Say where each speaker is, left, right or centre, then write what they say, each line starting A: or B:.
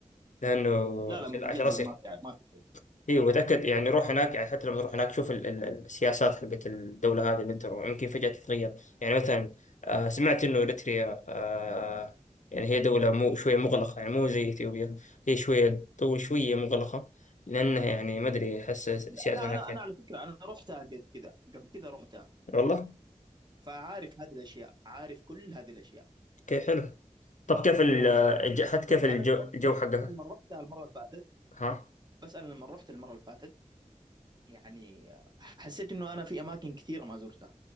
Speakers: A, on the left; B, on the right.
A: لانه
B: لا
A: عشان
B: لا مجدد
A: عشان اصير
B: ما في ما في شيء.
A: اي وتاكد يعني
B: آه
A: روح
B: اوكي
A: هناك يعني حتى لما تروح هناك شوف ال- ال- السياسات حقت الدوله هذه اللي انت رو- يمكن فجاه تتغير يعني مثلا آه سمعت انه اريتريا آه يعني هي دوله مو شويه مغلقه يعني مو زي اثيوبيا هي شويه تو شويه مغلقه لانها يعني ما ادري احس السياسه
B: لا
A: هناك
B: لا انا على فكره انا رحتها قبل كذا قبل كذا رحتها
A: والله
B: فعارف هذه الاشياء عارف كل هذه الاشياء
A: كيف حلو طب كيف ال
B: عرفت
A: الج- حتى
B: بس
A: كيف الجو,
B: انا بس
A: الجو
B: بس
A: حقها
B: لما رحتها المره اللي فاتت
A: ها
B: بس انا لما رحت المره اللي فاتت يعني حسيت انه انا في اماكن كثيره ما زرتها